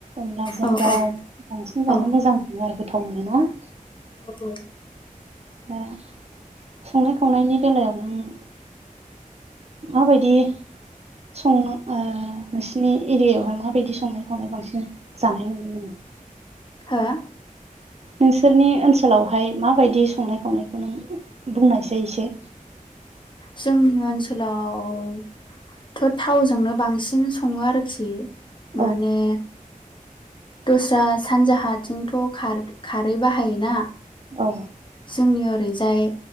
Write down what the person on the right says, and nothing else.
अनलाजों
दाउ
बांसिन
जानो मोजां मोनो आरो गोथाव मोनो ना?
दा संनाय खावनायनि बेलायाव नों माबायदि संनो ओ नोंसिनि एरियायावहाय माबायदि संनाय खावनाय बांसिन जानाय नुनो मोनो?
नोंसोरनि ओनसोलावहाय माबायदि संनाय खावनायखौ नों बुंनायसै एसे।
औ
औ